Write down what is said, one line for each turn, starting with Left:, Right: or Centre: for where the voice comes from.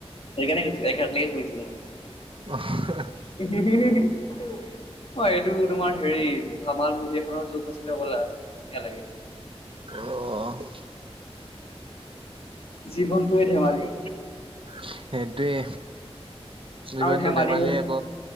Left: সেইকাৰণে কৈছো একেত লগে গৈছো
Right: <unintelligible>
Left: <unintelligible> হয় এইটো তোমাৰ হেৰি ধামাল মুভি খনৰ যুগ আছিলে হ'বলা ধুনীয়া লাগে
Right: অহ
Left: জীৱনটোৱে ধেমালি
Right: সেইটোৱে জীৱনটো
Left: আৰু
Right: ধেমালি
Left: হ'ল
Right: আক